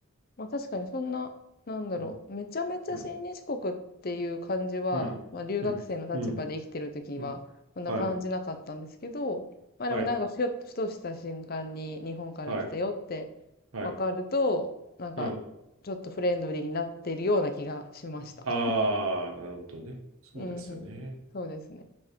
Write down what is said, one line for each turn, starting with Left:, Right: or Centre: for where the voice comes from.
Left: まあ確かにそんな、なんだろう。
Right: うん。
Left: めちゃめちゃ親日国っていう感じは、
Right: うん。うん。
Left: まあ留学生の立場で生きてる時は、
Right: うん。うん。うん
Left: そんな感じなかったんですけど、
Right: はい。
Left: まあでもなんかふよっとふとした瞬間に日本から来たよってわかると、
Right: はい。はい。はい。
Left: なんかちょっとフレンドリーになってるような気がしました。
Right: うん。ああ、なるほどね。そうですよね。
Left: うんうん。そうですね。